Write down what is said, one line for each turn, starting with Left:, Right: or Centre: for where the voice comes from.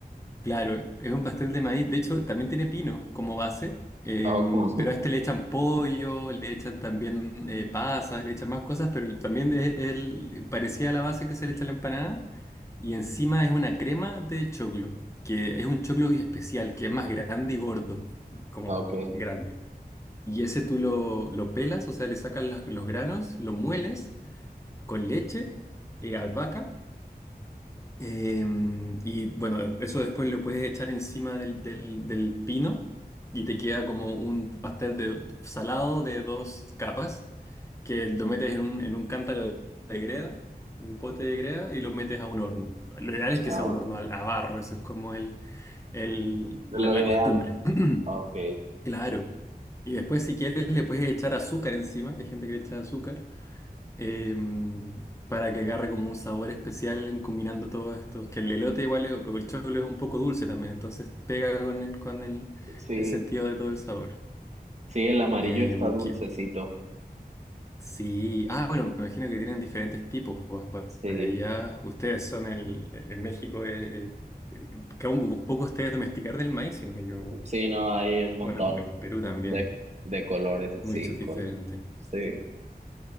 Left: Claro, es un pastel de maíz. De hecho, también tiene pino como base, em,
Right: Ok. <laughs>
Left: pero a este le echan pollo, le echan también eh, pasas, le echan más cosas, pero el- también es el, parecía la base que se le echa a la empanada. Y encima es una crema de choclo, que es un choclo especial, que es más grande y gordo, como
Right: Ok.
Left: grande. Y ese tú lo, lo pelas, o sea, le sacas las- los granos, lo mueles con leche, eh, albahaca. Em, y bueno, eso después lo puedes echar encima del, del- del pino y te queda como un pastel de salado de dos capas que lo metes en un, en un cántaro de, de greda, un pote de greda y lo metes a un horno. Lo ideal es que
Right: ah
Left: sea un
Right: ok.
Left: horno al- a, barro, eso es como el, el-
Right: lo
Left: la, la
Right: ideal.
Left: costumbre.
Right: Ok.
Left: <clears throat> Claro. Y después si quieres le puedes echar azúcar encima, hay gente que le echa azúcar em, para que agarre como un sabor especial en combinando todo esto. Que el elote igual es- o el choclo es un poco dulce también, entonces pega con el, con el,
Right: Sí.
Left: el sentido de todo el sabor.
Right: Sí, el amarillo
Left: Em,
Right: está dulcecito.
Left: que- sí, ah, bueno, me imagino que tienen diferentes tipos. Pues, pa-
Right: Sí,
Left: para allá, ustedes son el, e, en México, eh, eh, que aún un poco ustedes domesticar del maíz, sino que yo,
Right: sí, no, hay un montón
Left: bueno, en Perú también,
Right: de, de colores así.
Left: muchos
Right: col-
Left: diferentes.
Right: sí.